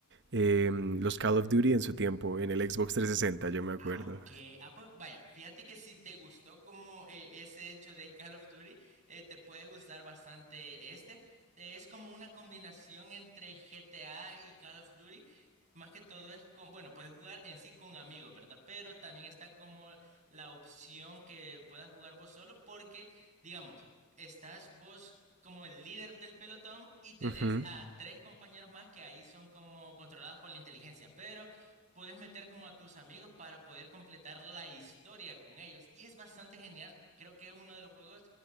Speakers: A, on the right (about 55°); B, on the right (about 35°).
A: eh, los Call of Duty en su tiempo, en el Xbox 360, yo me acuerdo.
B: Ah, ok. Ah, pues vaya, fíjate que si te gustó como eh, ese hecho de Call of Duty, eh, te puede gustar bastante este. Eh, es como una combinación entre GTA y Call of Duty. Más que todo es con, bueno, puedes jugar en sí con amigos, ¿verdad? Pero también está como la opción que puedas jugar vos solo porque, digamos, estás vos como el líder del pelotón y tenés
A: Ujú,
B: a tres compañeros más que ahí son como controlados por la inteligencia. Pero puedes meter como a tus amigos para poder completar la historia con ellos. Y es bastante genial. Creo que es uno de los juegos